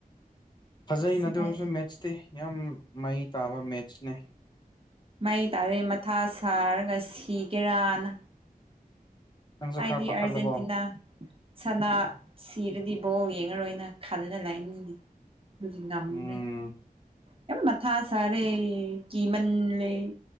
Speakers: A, on the left; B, on the right.
A: ꯐꯖꯩꯅꯗ
B: ꯁꯃꯥꯏꯗ
A: ꯑꯗꯨ ꯑꯣꯏꯔꯁꯨ ꯃꯦꯠꯁꯇꯤ ꯌꯥꯝ ꯃꯩ ꯇꯥꯕ ꯃꯦꯠꯁꯅꯦ
B: ꯃꯩ ꯇꯥꯔꯦ ꯃꯊꯥ ꯁꯥꯔꯒ ꯁꯤꯒꯦꯔꯥꯅ
A: ꯅꯪꯁꯨ
B: ꯑꯩꯗꯤ
A: ꯈꯔ ꯄꯥꯈꯠꯂꯕꯣ
B: ꯑꯔꯖꯦꯟꯇꯤꯅꯥ ꯁꯅꯥ ꯁꯤꯔꯗꯤ ꯕꯣꯜ ꯌꯦꯡꯉꯔꯣꯏꯅ ꯈꯟꯜ ꯂꯩꯝꯃꯤꯅꯤ ꯗꯤ ꯉꯝ꯭ꯔꯦ
A: ꯎꯝ
B: ꯌꯥꯝ ꯃꯊꯥ ꯁꯥꯔꯦ ꯀꯤꯃꯜꯂꯦ